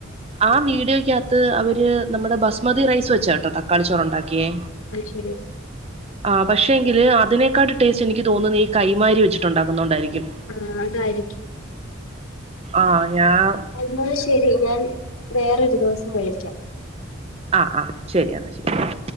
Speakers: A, on the right; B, on the left.
A: ആഹ് വീഡിയോക്കകത്ത് അവര് നമ്മ്ടെ ബസ്മതി റൈസ് വെച്ചാ കെട്ടൊ തക്കാളി ചോറ് ഉണ്ടാക്കിയെ
B: അയ് ശരി
A: ആഹ്ഴ പക്ഷെങ്കില് അതിനേക്കാൾ ടേസ്റ്റ് എനിക്ക് തോന്ന്ന്നെ ഈ കൈമ അരി വെച്ചിട്ടുണ്ടാക്കുന്നോ ണ്ടായിരിക്കും
B: ആഹ് അതായിര്ക്കും
A: ആഹ് ഞാം
B: എന്നാ ശരി ഞാൻ വേറൊര് ദിവസം വിളിക്കാം
A: ആ ആഹ് ശരി ശരി